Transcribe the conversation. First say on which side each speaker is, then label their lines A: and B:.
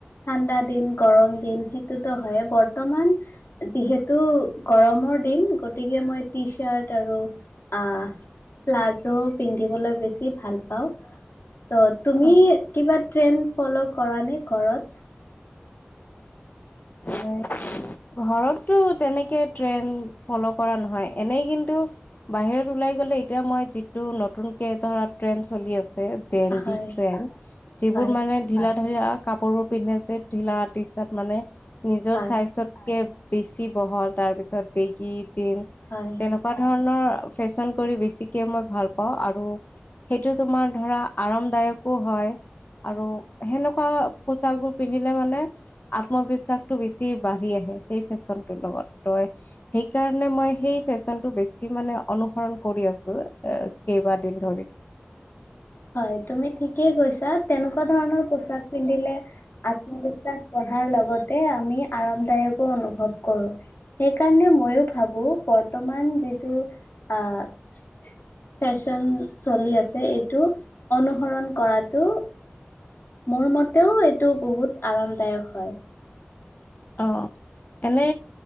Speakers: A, on the left (about 65°); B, on the left (about 45°).
A: ঠাণ্ডা দিন গৰম দিন সেইটোতো হয় বৰ্তমান যিহেতু গৰমৰ দিন গতিকে মই টি চাৰ্ট আৰু আ প্লাজো পিন্ধিবলৈ বেছি ভাল পাওঁ। চ তুমি
B: অ
A: কিবা ট্ৰেন ফল কৰা নে ঘৰত।
B: ঘৰতটো তেনেকে ট্ৰেইন ফল কৰা নহয় এনেই কিন্তু বাহিৰত ওলাই গলে এতিয়া মই যিটো নতুনকে ধৰা ট্ৰেইন চলি আছে, জেঞ্জী
A: হয়
B: ট্ৰিয়েণ্ড যিবোৰ
A: হয়
B: মানে ঢিলা ধৰি লোৱা কাপোৰ বোৰ পিন্ধে যে ঢিলা টি চাৰ্ট মানে, নিজৰ
A: হয়
B: স্বাইজতকে বেছি বহল তাৰপিছত, বেগী জেঞ্চ
A: হয়
B: তেনেকুৱা ধৰণৰ ফেশন কৰি বেছিক মই ভাল পাওঁ আৰু সেইটো তোমাৰ ধৰা আৰামদায়কো হয় আৰু সেনেকুৱা পোচোৰ পিন্ধিলে মানে আত্মবিসা বেছি বাঢ়ি আহে সেই ফেশ্বনটোৰ লগত তই সেইকাৰণে মই সেই ফেশ্বনটো বেছি মানে অনুসৰণ কৰি আছো এ কেইবাদিন ধৰি।
A: হয় তুমি ঠিকেই কৈছা তেনেকুৱা ধৰণৰ পোচাক পিন্ধিলে আত্মবিশ্বাস বঢ়াৰ লগতে আমি আৰামদায়কো অনুভৱ কৰোঁ সেইকাৰণে মইয়ো ভাবো বৰ্তমান যিটো আহ
B: <inaudible>
A: ফেশ্বন চলি আছে এইটো অনুসৰণ কৰাতটো মোৰ মতেও এইটো বহুত আৰামদায়ক হয়।
B: অ এনে